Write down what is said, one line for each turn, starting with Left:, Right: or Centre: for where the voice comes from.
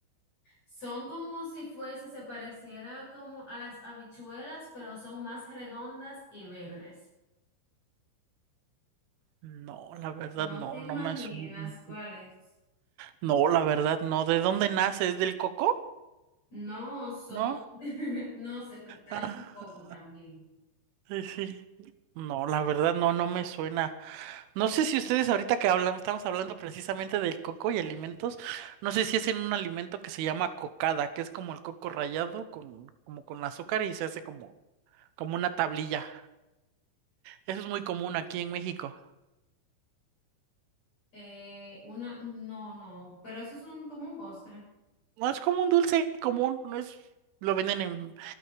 Left: son como si fuese, se pareciera como a las habichuelas, pero son más redondas y verdes.
Right: No, la verdad
Left: No
Right: no,
Left: te imaginas
Right: no me su-
Left: cuál es.
Right: No, la verdad no. ¿De dónde nace? ¿Es del coco?
Left: No son,
Right: ¿No?
Left: <laughs> no, se preparan
Right: Ah,
Left: con coco también.
Right: sí, sí. No, la verdad no, no me suena. No sé si ustedes ahorita que hablamos, estamos hablando precisamente del coco y alimentos, no sé si hacen un alimento que se llama cocada, que es como el coco rallado con, como con azúcar y se hace como, como una tablilla. Eso es muy común aquí en México.
Left: Eh, una, no, no, pero eso es un, como un postre.
Right: No es como un dulce común, no es, lo venden en,